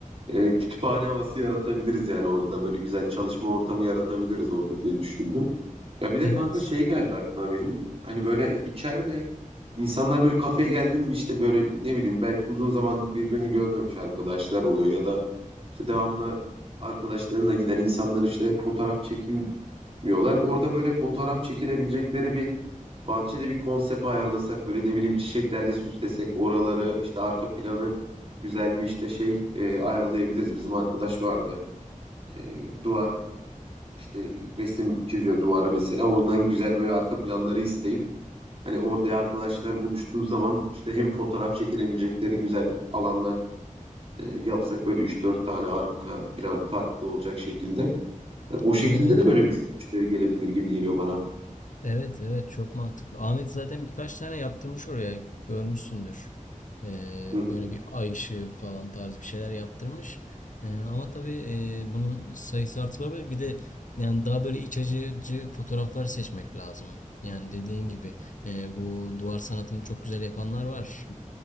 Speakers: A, on the right; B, on the left.
A: e, kütüphane havası yaratabiliriz yani orada böyle güzel çalışma ortamı yaratabiliriz orada diye düşündüm. Ya bir de
B: Evet.
A: kanka şey geldi aklıma benim. Hani böyle içeride insanlar böyle kafeye geldi mi işte böyle ne bileyim belki uzun zamandır birbirini görmemiş arkadaşlar oluyor ya da işte devamlı arkadaşlarına giden insanlar işte fotoğraf çekinmiyorlar. Orada böyle fotoğraf çekinebilecekleri bir bahçede bir konsept ayarlasak böyle ne bileyim çiçeklerle süslesek oraları işte arka planı güzel bir işte şey e, ayarlayabiliriz. Bizim arkadaş vardı. E, duvar işte resim çiziyor duvara mesela. Ondan güzel böyle arka planları isteyip hani orada arkadaşlar buluştuğu zaman işte hem fotoğraf çekinebilecekleri güzel alanlar e, yapsak böyle üç dört tane arka plan farklı olacak şekilde. E, o şekilde
B: Ee,
A: de böyle müşteri gelebilir gibi geliyor bana.
B: Evet evet çok mantıklı. Ahmet zaten birkaç tane yaptırmış oraya görmüşsündür. Ee,
A: Hı hı.
B: böyle bir ay ışığı falan tarzı bir şeyler yaptırmış. Ee, ama tabii e, bunun sayısı artırılabilir. Bir de yani daha böyle iç acıcı fotoğraflar seçmek lazım. Yani dediğin gibi e, bu duvar sanatını çok güzel yapanlar var.